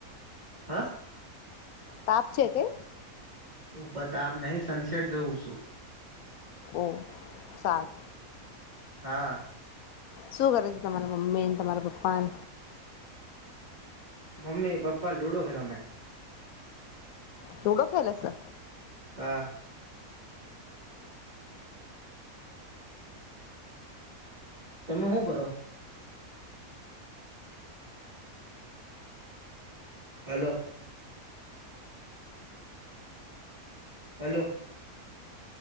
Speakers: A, on the right; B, on the left.
A: હ.
B: તાપ છે કે.
A: ઉપર તાપ નહી સનસેટ જોવું સું.
B: ઓ સારુ.
A: હા.
B: શું કરે છે તમારા મમ્મી ન તમારા પપ્પા ન.
A: મમ્મી પપ્પા લુડો રમે.
B: લુડો ખેલે સે.
A: હા. તમે હું કરો? Hello. Hello.